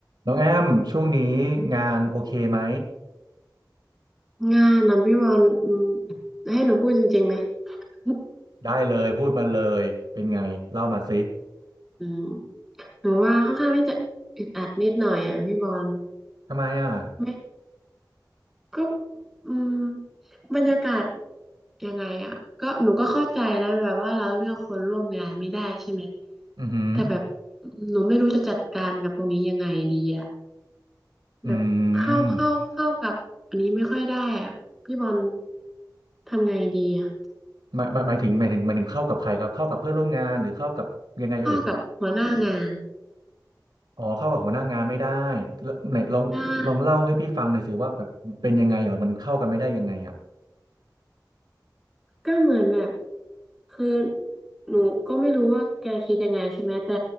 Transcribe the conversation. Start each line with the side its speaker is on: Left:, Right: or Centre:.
Right: น้องแอมช่วงนี้งานโอเคไหม
Centre: งานนะพี่บอลอืมให้หนูพูดจริงๆไหม <laughs>
Right: ได้เลยพูดมาเลยเป็นไงเล่ามาสิ
Centre: อืมหนูว่าค่อนข้างที่จะอึดอัดนิดหน่อยอ่ะพี่บอล
Right: ทำไมอ่ะ
Centre: ไม่ก็อืมบรรยากาศยังไงอ่ะก็หนูก็เข้าใจนะแบบว่าเราเลือกคนร่วมงานไม่ได้ใช่ไหม
Right: อือหือ
Centre: แต่แบบหนูไม่รู้จะจัดการกับตรงนี้ยังไงดีอ่ะแบบเข้าเข้าเข้ากับอันนี้ไม่ค่อยได้อ่ะพี่บอล
Right: อืม
Centre: ทำไงดีอ่ะ
Right: หมายหมายหมายถึงหมายถึงหมายถึงเข้ากับใครครับเข้ากับเพื่อนร่วมงานหรือเข้ากับยังไงเอ่ย
Centre: เข้ากับหัวหน้างาน
Right: อ๋อเข้ากับหัวหน้างานไม่ได้แล้วไหนลองลองเล่าให้พี่ฟังหน่อยสิว่าแบบเป็นยังไงอ่ะมันเข้ากันไม่ได้ยังไงอ่ะ
Centre: ใช่ ก็เหมือนแบบคือหนูก็ไม่รู้ว่าแกคิดยังไงใช่ไหมแต่